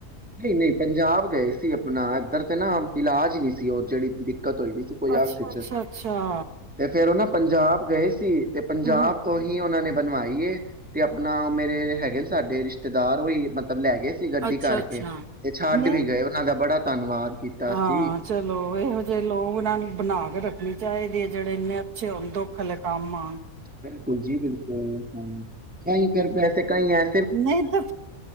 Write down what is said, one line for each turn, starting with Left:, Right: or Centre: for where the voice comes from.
Centre: ਨਹੀਂ ਨਹੀਂ ਪੰਜਾਬ ਗਏ ਸੀ ਆਪਣਾ ਇੱਧਰ ਤੇ ਨਾ ਇਲਾਜ ਨਹੀਂ ਸੀ ਉਹ ਜਿਹੜੀ ਦਿੱਕਤ ਹੋਈ ਤੇ ਕੋਈ
Right: ਅੱਛਾ
Centre: ਆਖ ਚ
Right: ਅੱਛਾ ਅੱਛਾ
Centre: ਤੇ ਫੇਰ ਉਹ ਨਾ ਪੰਜਾਬ ਗਏ ਸੀ। ਤੇ ਪੰਜਾਬ
Right: ਹਮ
Centre: ਤੋਂ ਹੀ ਉਹਨਾਂ ਨੇ ਬਣਾਈ ਏ ਤੇ ਆਪਣਾ ਮੇਰੇ ਹੈਗੇ ਨੇ ਸਾਡੇ ਰਿਸ਼ਤੇਦਾਰ ਉਹੀ ਮਤਲਬ ਲੈ ਕੇ ਗਏ ਸੀ ਗੱਡੀ
Right: ਅੱਛਾ
Centre: ਕਰ
Right: ਅੱਛਾ
Centre: ਤੇ ਤੇ ਛੱਡ
Right: ਨਹੀਂ
Centre: ਵੀ ਗਏ ਉਹ ਸਾਨੂੰ ਦਾ ਬੜਾ ਧੰਨਵਾਦ। ਕੀਤਾ
Right: ਹਾਂ
Centre: ਸੀ।
Right: ਚਲੋ ਇਹੋ ਜਿਹੇ ਲੋਕ ਨਾ ਬਣਾ ਕੇ ਰੱਖ ਚਾਹੇ ਦੇ ਜਿਹੜੇ ਇੰਨੇ ਅੱਛੇ ਹੁਨ ਦੁੱਖ ਵੇਲੇ ਕੰਮ ਆਉਣ।
Centre: ਬਿਲਕੁਲ ਜੀ ਬਿਲਕੁਲ ਹਾਂ ਕਈ ਫਿਰ ਪੈਸੇ ਕਈ ਐ
Right: ਨਹੀਂ ਤਾਂ